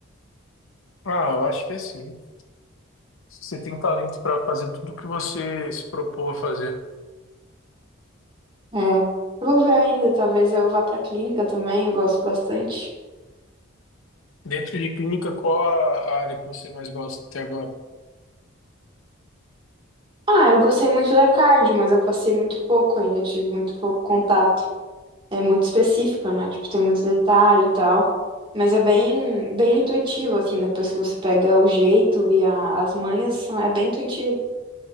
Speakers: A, on the left; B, on the right.
A: Ah, eu acho que é sim. Você tem talento para fazer tudo o que você se propôs a fazer.
B: É. Eu vou ver ainda, talvez eu vá pra clínica também, eu gosto bastante.
A: Dentro de clínica, qual a a área que você mais gosta até agora?
B: Ah, eu gostei muito da cardio, mas eu passei muito pouco ainda, eu tive muito pouco contato. é muito específica, né? Tipo, tem muito detalhe e tal. Mas é bem, bem intuitivo, assim, depois que você pega o jeito e a- as manhas, são- é bem intuitivo.